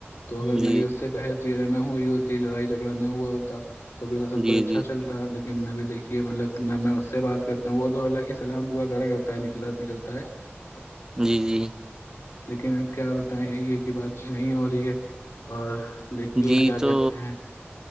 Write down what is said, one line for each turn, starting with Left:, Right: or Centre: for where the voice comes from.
Left: تو اگر
Right: جی
Left: میری اس سے بحث <unintelligible> سیرا نہ ہوئی ہوتی لڑائی جھگڑا نہ ہوا ہوتا <unintelligible> توبھی تو سب
Right: جی
Left: کچھ اچھا
Right: جی
Left: چلتا ہےیکن لیکنبھی دیکھیے مطلب نہ میں اس سے بات کر <unintelligible> وہ تو الاللہ کی سلام دعا کرا کرتا ہے نکلا نکلتا ہے <unintelligible>
Right: جی جی <unintelligible>
Left: لیکن اب کیا بتائیں یہ یہ کہ بات چی نہیں ہو رہی ہے اور دیکھیے
Right: جی
Left: کیا
Right: تو
Left: کہتے ہیں